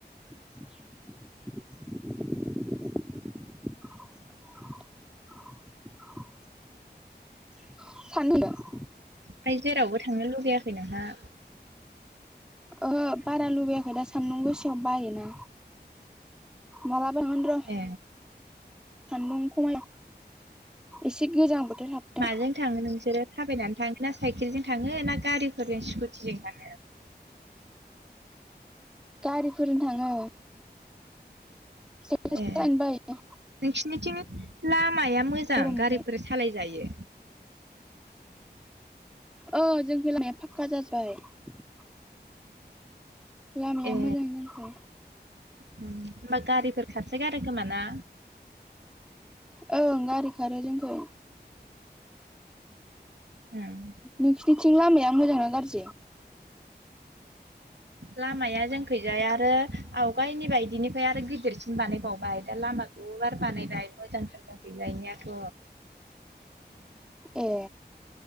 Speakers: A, in the centre; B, on the right.
A: <inaudible> <inaudible> <unintelligible>
B: फाय जेरावबो थांनो लुगैयाखै नोंहा?
A: ओहो बारा लुबैयाखै दा सान्दुं गोसायाव बायोना। मालाबा थांगोन र'।
B: ए
A: सान्दुं खमाय एसे गोजां बोथोर हाबथों।
B: माजों थाङो नोंसोरो थाबायनानै थाङोन ना साइकेलजों थाङो ना गारिफोरजों स्कुटिजों थाङो?
A: गारिफोरजों थाङो। साइकेल सालायनो
B: ए
A: बायो
B: नोंसोरनिथिं लामाया मोजां
A: गरमावहाय
B: गारिफोर सालायजायो।
A: औ जोंनिजों लामाया फाक्का जाजोब्बाय। लामाया
B: ए
A: मोजां जायाखै।
B: होमबा गारिफोर खोरसो गारोखोमा ना?
A: ओं गारि खारो जोंनिखै
B: ओं
A: नोंसोरनिथिं लामाया मोजांना गाज्रि?
B: लामाया जोंखैजाय आरो आवगायनि बायदिनिफ्राय आरो गिदिरसिन बानायबावबाय दा लामा गुवार बानायबाय मोजां जाथारबाय गायनायाथ'
A: ए